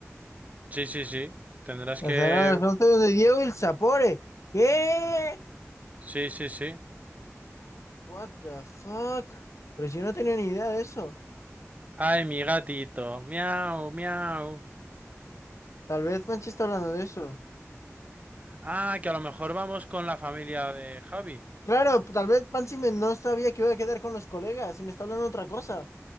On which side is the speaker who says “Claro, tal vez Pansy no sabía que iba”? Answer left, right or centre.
Left